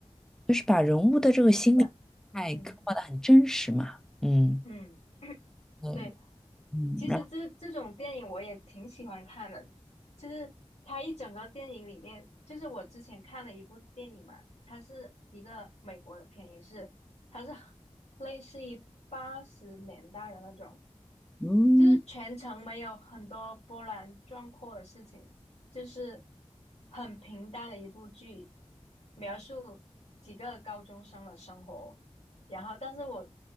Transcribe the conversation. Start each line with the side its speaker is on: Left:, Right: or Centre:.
Centre: 就是把人物的这个心理态刻画的很真实嘛，
Left: 是吧？嗯
Centre: 嗯
Left: 嗯。
Centre: 嗯
Left: 对，
Centre: 嗯，
Left: 其实这这种电影我也挺喜欢看的，
Centre: 然后
Left: 就是它一整个电影里面，就是我之前看了一部电影嘛，它是一个美国的片，也是它是类似于八十年代的那种，
Centre: 嗯
Left: 就是全程没有很多波澜壮阔的事情，就是很平淡的一部剧，描述几个高中生的生活。然后，但是我